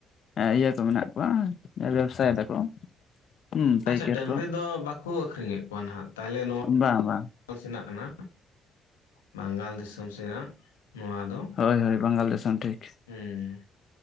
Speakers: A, on the left; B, on the left.
A: ᱤᱭᱟᱹ ᱠᱚ ᱢᱮᱱᱟᱜ ᱠᱚᱣᱟ ᱵᱮᱵᱥᱟᱭ ᱫᱟᱠᱚ ᱦᱩᱸ ᱯᱟᱹᱭᱠᱟᱹᱨ
B: ᱟᱪᱪᱷᱟ ᱰᱟᱹᱝᱨᱤ
A: ᱠᱚ
B: ᱫᱚ ᱵᱟᱠᱚ ᱟᱠᱷᱨᱤᱧᱮᱫ ᱠᱚᱣᱟ ᱦᱟᱜ ᱛᱟᱦᱞᱮ ᱱᱚᱣᱟ
A: ᱵᱟᱝ ᱵᱟᱝ
B: ᱥᱮᱱᱟᱜ ᱠᱟᱱᱟ ᱵᱟᱝᱜᱟᱞ ᱫᱤᱥᱚᱢ ᱥᱮᱱᱟᱜ ᱱᱚᱣᱟ ᱫᱚ
A: ᱦᱳᱭ ᱦᱳᱭ ᱵᱟᱝᱜᱟᱞ ᱫᱤᱥᱚᱢ ᱴᱷᱤᱠ
B: ᱦᱩᱸ